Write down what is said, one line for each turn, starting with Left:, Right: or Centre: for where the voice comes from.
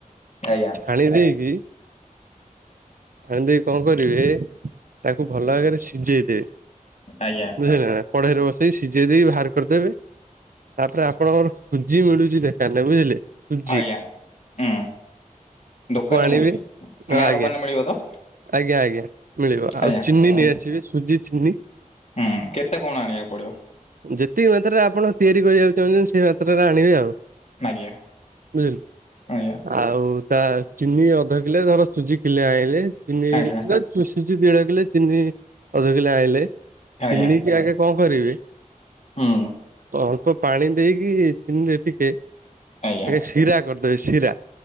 Left: ଆଜ୍ଞା
Right: ଛାଣି ଦେଇକି। ଛାଣିଦେଇ କି କଣ କରିବେ ତାକୁ ଭଲ ଭାବରେ ସିଝେଇ ଦେବେ।
Left: ଆଜ୍ଞା
Right: ବୁଝିଲେ ନା କଢ଼େଇରେ ବସ୍ ସେଇ ସିଝେଇ ଦେଇକି ବାହାର କରିଦେବେ ତାପରେ ଆପଣଙ୍କର ସୁଜି ମିଳୁଛି ଦେକାରାନ ରେ ବୁଝିଲେ। ସୁଜି
Left: ଆଜ୍ଞା ହଁ
Right: ତାକୁ
Left: ଦୋକାନରେ
Right: ଆଣିବେ
Left: ମିଳୁଛି
Right: ହଁ
Left: ଗାଁ
Right: ଆଜ୍ଞା
Left: ଦୋକାନରେ ମିଳିବ ତ?
Right: ଆଜ୍ଞା ଆଜ୍ଞା। ମିଳିବ ଆଉ
Left: ଆଜ୍ଞା
Right: ଚିନି
Left: ଆଜ୍ଞା।
Right: ନେଇ ଆସିବେ ସୁଜି ଚିନି।
Left: ହୁଁ କେତେ କଣ ଆଣିବାକୁ ପଡ଼ିବ
Right: ଯେ ଯେତିକ ମାତ୍ରାରେ ଆପଣ ତିଆରି କରିବାକୁ ଚାହୁଁଛନ୍ତି ସେଇ ମାତ୍ରାରେ ଆଣିବେ ଆଉ।
Left: ଆଜ୍ଞା
Right: ବୁଝିଲୁ
Left: ଆଜ୍ଞା
Right: ଆଉ ତା ଚିନି ଅଧା କିଲେ ଧର ସୁଜି କିଲେ ଆଣିଲେ। ଚିନି। <unintelligible>
Left: ଆଜ୍ଞା
Right: ଦେଢ କିଲେ ଚିନି ଅଧ କିଲେ ଆଣିଲେ।
Left: ଆଜ୍ଞା
Right: ଚନି କି ଆଗେ କଣ କରିବେ
Left: ହୁଁ
Right: ହଉ ତ ପାଣି ଦେଇକି ଚିନିରେ ଟିକେ
Left: ଆଜ୍ଞା
Right: ଆଗେ ଶିରା କରି ସିରା।